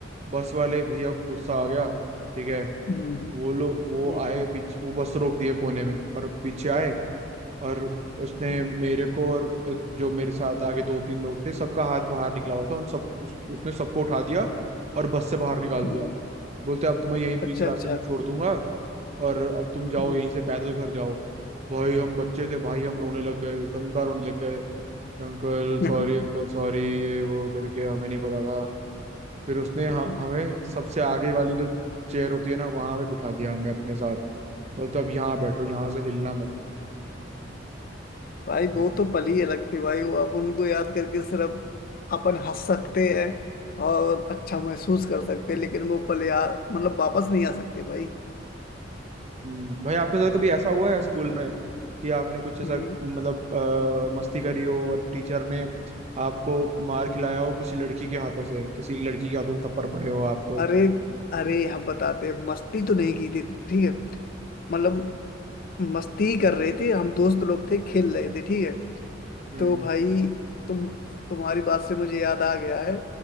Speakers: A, on the right; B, on the left.
A: बस वाले भैया को गुस्सा आ गया ठीक है
B: हम्म
A: वो लोग वो
B: हम्म
A: आए पीछे वो बस रोक दिए कोने में और पीछे आए और उसने
B: हम्म,
A: मेरे को और जो मेरे साथ आगे दो तीन लोग थे सबका हाथ बाहर निकला हुआ था उन सब उस, उसने सबको उठा दिया और बस से बाहर निकाल
B: हम्म,
A: दिया बोलते अब तुम्हें यहीं
B: अच्छा
A: बीच रास्ते
B: अच्छा
A: में छोड़ दूंगा और अब तुम जाओ
B: हम्म,
A: यहीं से पैदल घर जाओ भाई हम बच्चे थे भाई हम रोने लग गए गंदा रोने लग गए अंकल
B: <laughs>
A: सॉरी अंकल सॉरी ये वो करके हमें नहीं पता था फिर उसने ह-
B: हम्म।
A: हमें सबसे आगे वाली जो चेयर होती है ना वहां पे बिठा दिया हमें अपने साथ बोलते अब यहाँ बैठो यहाँ से हिलना मत
B: भाई
A: भाई
B: वो तो पल ही अलग थे भाई वो आप उनको याद करके सिर्फ अपन हंस सकते हैं और अच्छा महसूस कर सकते हैं लेकिन वो पल यार मतलब वापस नहीं आ सकते भाई
A: हम्म, भाई आपके साथ कभी ऐसा हुआ है स्कूल में कि आपने कुछ ऐसा
B: हम्म,
A: मतलब अ, मस्ती करी हो और टीचर ने आपको मार खिलाया हो किसी लड़की के हाथों से किसी लड़की के हाथों से थप्पड़ पड़े हो आपको
B: अरे अरे हम बताते हैं मस्ती तो नहीं की थी ठीक है मतलब मस्ती कर रहे थे हम दोस्त लोग थे खेल रहे थे ठीक है
A: हम्म
B: तो भाई तुम तुम्हारी बात से मुझे याद आ गया है